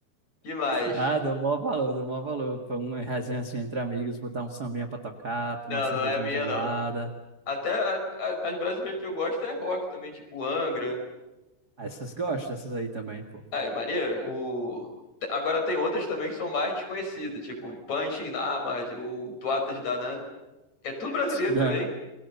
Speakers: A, on the left; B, on the right.
A: Que mais?
B: Ah, dou maior valor, dou maior valor. Foi uma resenha, assim, entre amigos, botar um sambinha pra tocar, tomar
A: Não,
B: uma cervejinha
A: não é minha,
B: gelada.
A: não. Até a- a- as brasileiras que eu gosto é rock também, tipo Angra.
B: Ah, Essas gostam, essas aí também, pô.
A: Ai, maneiro. O... te- Agora tem outras também que são mais desconhecidas, tipo Punch in Namard, o Tuatas Danann. É tudo brasileiro
B: <laughs> Né?
A: também,